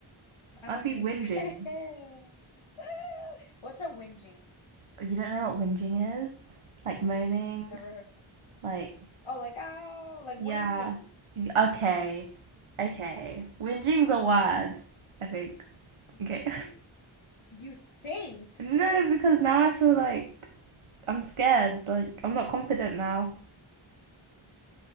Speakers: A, on the left (about 70°); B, on the right (about 80°).
A: I'm
B: I'd
A: immune
B: be whinging.
A: to it. <laughs> What's a whinging?
B: You don't know what whinging is? Like moaning?
A: Never heard of.
B: Like,
A: Oh, like oh, like
B: yeah.
A: wincing.
B: Okay. Okay. Whinging's a word, I think.
A: Y
B: Okay.
A: y you think,
B: <laughs> no, because now I feel like I'm scared. Like, I'm not confident now.